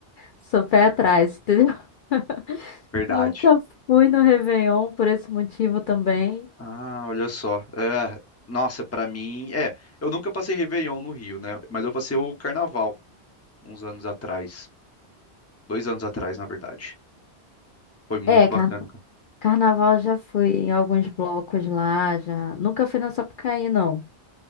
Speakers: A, on the left; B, on the left.
A: Sou pé atrás, entendeu? <laughs>
B: Verdade.
A: Nunca fui no Réveillon por esse motivo também.
B: Ah, olha só. É, nossa, pra mim, é, eu nunca passei Réveillon no Rio, né? Mas eu passei o Carnaval uns anos atrás, dois anos atrás, na verdade. Foi muito
A: É,
B: bacana,
A: car-
B: cara.
A: carnaval já fui em alguns blocos lá, já. Nunca fui na Sapucaí, não.